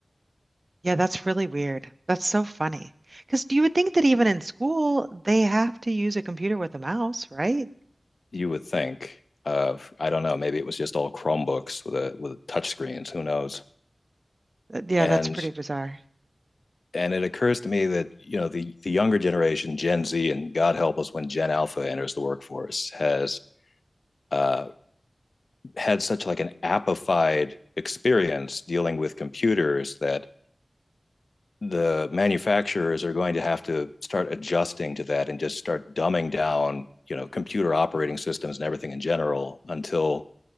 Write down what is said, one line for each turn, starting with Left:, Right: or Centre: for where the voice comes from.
Right: yeah, that's really weird. That's so funny. Because you would think that even in school, they have to use a computer with a mouse, right?
Left: You would think, of I don't know, maybe it was just all Chromebooks with a, with touch screens. Who knows?
Right: Uh, Yeah,
Left: And
Right: that's pretty bizarre.
Left: and it occurs to me that you know the the younger generation, Gen Z, and God help us when Gen Alpha enters the workforce, has uh, had such like an appified experience dealing with computers that the manufacturers are going to have to start adjusting to that and just start dumbing down you know computer operating systems and everything in general until